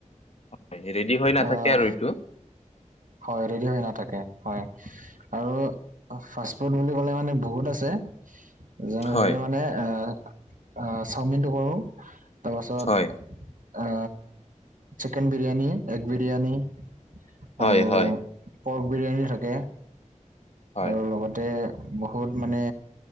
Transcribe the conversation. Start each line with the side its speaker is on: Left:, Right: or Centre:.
Left: হয় ৰেডি হৈ নাথাকে
Right: আহ
Left: আৰু এইটো।
Right: হয় ৰেডি হৈ নাথাকে হয়, আৰু ফাষ্ট ফুড বুলি ক'লে মানে বহুত আছে। যেনেদৰে
Left: হয়
Right: মানে এ চাওমিনটো কৰো তাপাছত
Left: হয়
Right: আ চিকেন বিৰিয়ানি, এগ বিৰিয়ানি
Left: হয়
Right: আৰু
Left: হয়
Right: পৰ্ক বিৰিয়ানী থাকে
Left: হয়
Right: আৰু লগতে বহুত মানে